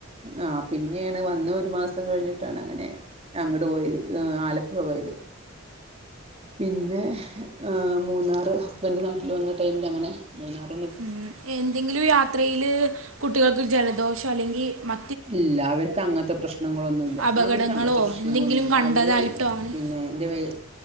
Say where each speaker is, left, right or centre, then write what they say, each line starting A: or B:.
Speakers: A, on the right; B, on the right.
A: ആഹ് പിന്നേണ് വന്ന് ഒരുമാസം <unintelligible> കഴിഞ്ഞിട്ടാണങ്ങനെ അങ്ങട്ട് പോയത് ആലപ്പുഴ പൊപോയത് പിന്നെ ആ മൂന്നാറ് ഹസ്ബൻഡ് നാട്ടില് വന്ന്ട്ട് പിന്നങ്ങനെ മൂന്നാറ്
B: ഉം എന്തെങ്കിലും യാത്രയില് കുട്ടികൾക്ക് ജലദോഷം അല്ലെങ്കി മ
A: ഇല്ല അവർക്ക് അങ്ങൻത്തെ പ്രശ്നങ്ങളൊന്നുല്ല
B: അപകടങ്ങളോ
A: അവർക്കങ്ങത്തെ പ്രശ്നങ്ങളൊന്നുല്ല
B: എന്തെങ്കിലും കണ്ടതായിട്ടോ
A: അവര്
B: അങ്ങനെ
A: പിന്നെ <unintelligible>